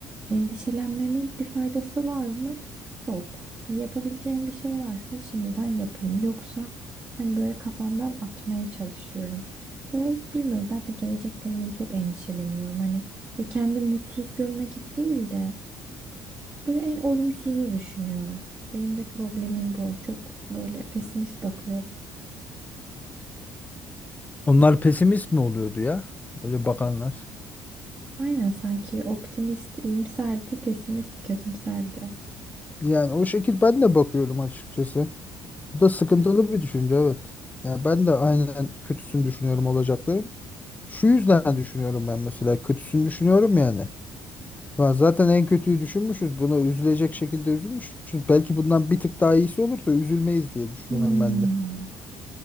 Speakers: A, on the right; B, on the left.
A: endişelenmemin bir faydası var mı? Yok. Hani yapabileceğim bir şey varsa şimdiden yapayım. Yoksa hani böyle kafamdan atmaya çalışıyorum. Böyle bilmiyorum ben de gelecekle ilgili çok endişeleniyorum. Hani ve kendimi mutsuz görme gibi değil de. Böyle en olumsuzu düşünüyorum. Benim de problemim bu. Çok böyle pesimist bakıyorum.
B: Onlar pesimist mi oluyordu ya? Öyle bakanlar.
A: Aynen sanki optimist iyimserdi, pesimist kötümserdi.
B: Yani o şekil ben de bakıyorum açıkçası. Bu da sıkıntılı bir düşünce evet. Yani ben de aynen kötüsünü düşünüyorum olacakların. Şu yüzden düşünüyorum ben mesela kötüsünü düşünüyorum yani. Ulan zaten en kötüyü düşünmüşüz. Buna üzülecek şekilde üzülmüşüz. Belki bundan bir tık daha iyisi olur da üzülmeyiz diye düşünüyorum
A: Hmm.
B: ben de.